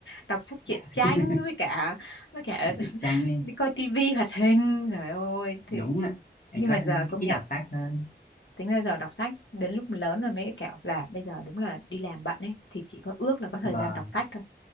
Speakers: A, on the left; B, on the left.
A: đọc sách truyện
B: <laughs>
A: tranh với cả với cả <laughs>
B: chị Trang ấy
A: đi coi tivi hoạt hình trời ơi thì
B: đúng ạ anh
A: nhưng
B: có
A: mà
B: đang
A: giờ công
B: ít
A: nhận
B: đọc sách hơn
A: tính ra giờ đọc sách đến lúc lớn rồi mới kiểu là bây giờ đúng là đi làm bận ấy thì chỉ có ước là có thời
B: vâng
A: gian đọc sách thôi